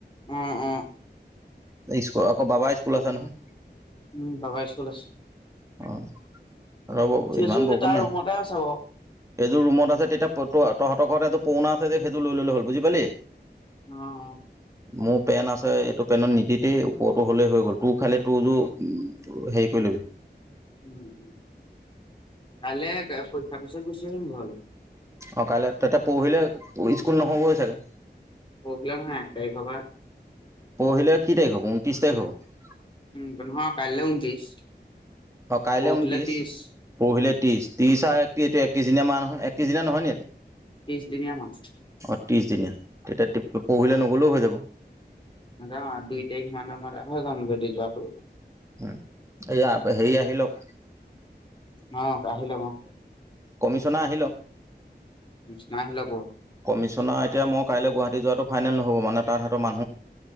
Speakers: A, on the left; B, on the right.
A: উম, উম।
B: স্কুল আকৌ বাবা স্কুল আছে নহয়।
A: উম, বাবা স্কুল আছে
B: অ', ৰ'ব
A: সেইযোৰ
B: ইমান
A: সেই
B: বৰষুণ
A: তাৰ
B: নাই।
A: ৰুমতে আছে বাৰু
B: এইযোৰ ৰুমত আছে তেতিয়া তহঁতৰ ঘৰতে এযো পুৰণা আছে যে সেইযোৰ লৈ ল'লে হ'ল। বুজি পালি?
A: অ', অ'।
B: মোৰ পেন আছে এইটো পেনত নিদি দই ওপৰতো হলেই হৈ গ'ল তোৰ খালি তোৰোৰ হেৰি কৰিল হয়।
A: উ কাইলে পৰীক্ষা পাছত গুচি আহিম ঘৰলে।
B: অ', কাইলৈ তাতে পৰহিলে স্কুল নহ'বৈ চাগে।
A: কবিলাম হা তাই খাবা <unintelligible>
B: পৰহিলে কি তাৰিখ হ'ব ঊনত্ৰিছ তাৰিখ হ'ব।
A: উম পকাইলৈ ঊনত্ৰিশ।
B: কাইলে
A: পৰহিলে
B: ঊনত্ৰিশ,
A: ত্ৰিশ,
B: পৰহিলে ত্ৰিশ। ত্ৰিশ আৰু একত্ৰিশ, একত্ৰিশ দিনিয়া মাহ নহয়, একত্ৰিশ দিনিয়া নহয় নি এইটো
A: ত্ৰিশ দিনীয়া মাছ
B: অ', ত্ৰিশ দিনিয়া, তেতিয়া পৰহিলে নগলেও হৈ যাব।
A: য দুই তাৰিখ মানৰ পৰা হে যাম যদি যোৱাটো
B: উ এয়া হেৰি আহি লওক।
A: অ', আহিলক অ'।
B: কমিছনা আহিলক।
A: ছ নাই হিল ক <unintelligible>
B: কমিছনা এতিয়া মই কাইলৈ গুৱাহাটী যোৱা